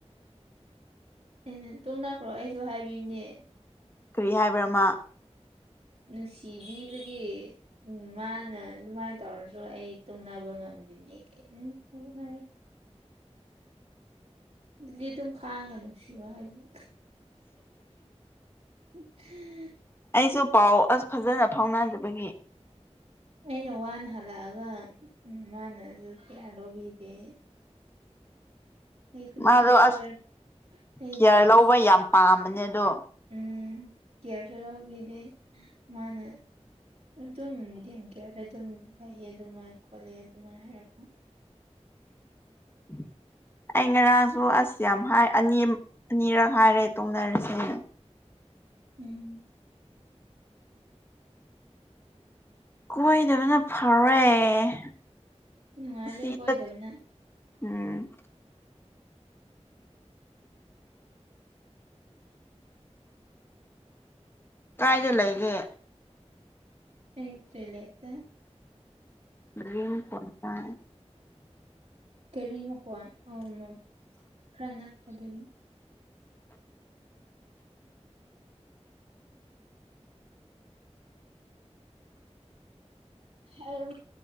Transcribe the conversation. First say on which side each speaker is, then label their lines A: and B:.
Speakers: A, on the right; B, on the left.
A: ꯑꯩꯅ ꯇꯣꯡꯅꯈ꯭ꯔꯣ ꯑꯩꯁꯨ ꯍꯥꯏꯕꯤꯕꯅꯦ
B: ꯀꯔꯤ ꯍꯥꯏꯕ꯭ꯔꯥ ꯃꯥ
A: ꯅꯨꯡꯁꯤꯕꯤꯕꯒꯤ ꯎꯝ ꯃꯥꯅ ꯑꯗꯨꯃꯥꯏ ꯇꯧꯔꯁꯨ ꯑꯩ ꯇꯨꯡꯅꯕ ꯗꯨꯒ ꯉꯝꯗꯤꯅꯦ ꯀ ꯃ ꯍꯥꯏꯔ ꯗꯨꯗꯤ ꯑꯗꯨꯝ ꯈꯥꯡꯉ ꯅꯨꯡꯁꯤꯌꯣ ꯍꯥꯏꯕꯤꯌꯨ ꯎ <inaudible>
B: ꯑꯩꯁꯨ ꯄꯥꯎ ꯑꯁ ꯐꯖꯅ ꯐꯥꯎꯅꯗꯕꯒꯤ
A: ꯑꯩꯅ ꯋꯥꯅ ꯍꯜꯂꯛꯑꯒ ꯎꯝ ꯃꯥꯅꯖꯨ ꯀꯤꯌꯥꯔ ꯂꯧꯕꯤꯗꯦ ꯑꯩ ꯅꯨꯄꯤ
B: ꯃꯥꯗꯣ
A: ꯀꯣꯏꯔ
B: ꯑꯁ
A: ꯑꯩ
B: ꯀꯤꯌꯔ
A: ꯂꯥꯁ
B: ꯂꯧꯕ ꯌꯥꯝ ꯄꯥꯝꯕꯅꯦ ꯑꯗꯣ
A: ꯎꯝ ꯀꯤꯌꯔꯁꯨ ꯂꯧꯕꯤꯗꯦ ꯃꯥꯥꯅ ꯑꯗꯨꯝ ꯗꯦꯝ ꯀꯤꯌꯔꯗ ꯑꯗꯨꯝ ꯂꯩꯌꯦ ꯑꯗꯨꯃꯥꯏꯅ ꯈꯣꯠꯂꯦ ꯑꯗꯨꯃꯥꯏꯅ ꯍꯥꯏꯔꯛꯄ
B: <inaudible> ꯑꯩ ꯉꯔꯥꯡꯁꯨ ꯑꯁ ꯌꯥꯝ ꯍꯥꯏ ꯑꯅꯤ ꯑꯅꯤꯔꯛ ꯍꯥꯏꯔꯦ ꯇꯣꯡꯅꯔꯁꯦꯅ
A: ꯎꯝ
B: ꯀꯣꯏꯗꯕꯅ ꯐꯔꯦ
A: ꯅꯨꯪꯉꯥꯏꯔꯦ
B: ꯑꯁꯤꯗ
A: ꯀꯣꯏꯗꯕꯅ
B: ꯎꯝ ꯀꯥꯏꯗ ꯂꯩꯒꯦ
A: ꯑꯩꯇꯣꯏ ꯂꯩꯇ
B: ꯔꯤ ꯀꯣꯟꯁꯦ
A: ꯀꯦꯔꯤ ꯃꯈꯨꯀꯋꯥꯣꯟ ꯑ ꯃꯨ ꯈꯔꯅꯄ ꯑꯗꯨꯒꯤ ꯑ ꯎ